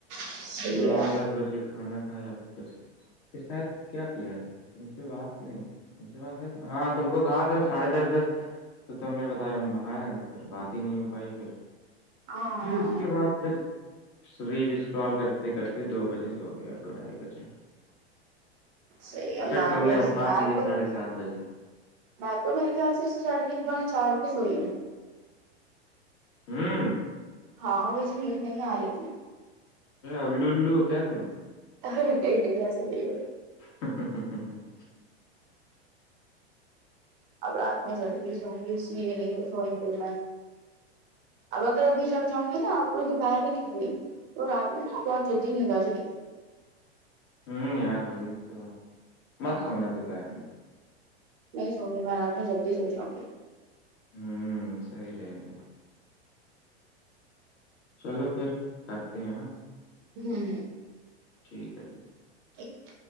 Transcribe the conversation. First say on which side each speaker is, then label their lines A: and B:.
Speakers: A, on the right; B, on the left.
A: صحیح
B: نو
A: ہے
B: دس بجے کھانا کھایا پھر شاید کیا کیا تھا تم سے بات نہیں تم سے بات شاید ہاں تم کو کہا تھا ساڑھے دس دس تو تم نے بتایا ہم باہر ہیں تو پھر بات ہی نہیں ہو پائی پھر
A: ہاں
B: پھر اس کے بعد پھر ریل اسکرال کرتے کرتے دو بجے سے ہو گیا دو ڈھائی بجے
A: صحیح ہے
B: پھر
A: میں
B: تم
A: بھی
B: نے
A: ایسے
B: اٹھا
A: میں
B: دییا
A: تو
B: ساڑھے سات بجے
A: میں تو میرے خیال سے اس سے سڑے دن با چار پو سوئی ہوں
B: ہوں
A: ہاں مجے ایند نہیں آ رہی تھی
B: اللو اللو کیا تم
A: نہیں نہیں ویسا نہیں ہے
B: ہ ہ ہ ہ ہ
A: اب رات میں جلدی سؤں گی اسی لیے نہیں سوئییں پھر میں اب اگر ابھی لگ جاؤں گے نا تھئی دوپہر بھی نہیں ہوئی تو رات میں نا بہت جلدی نیند آ جائے گی
B: ہوں یار وہی تو مت
A: ہاں
B: سونا دوپہر میں
A: نہیں سووں گے می رات کو جلدی سو جاؤ گی
B: ہوں سحیی رہے گا چلو پھر کرتے ہیں
A: ہوں
B: ٹھیک ہے ٹھیک
A: اچھ